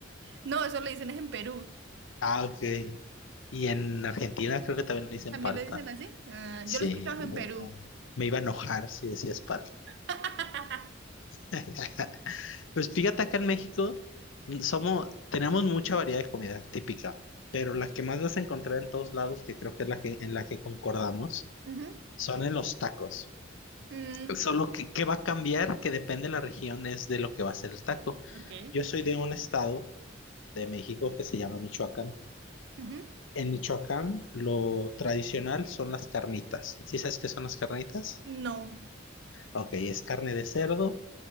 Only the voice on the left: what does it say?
Ah, ok. Y en Argentina creo que también le dicen
palta.
Sí,
me iba a enojar si decías pal.
<laughs> Pues fíjate, acá en México somos, tenemos mucha variedad de comida típica, pero la que más vas a encontrar en todos lados, que creo que es la que, en la que concordamos,
son en los tacos.
Solo que, ¿qué va a cambiar? Que depende de la región, es de lo que va a ser el taco.
Yo soy de un estado de México que se llama Michoacán.
En Michoacán, lo tradicional son las carnitas. ¿Sí sabes qué son las carnitas?
Ok, es carne de cerdo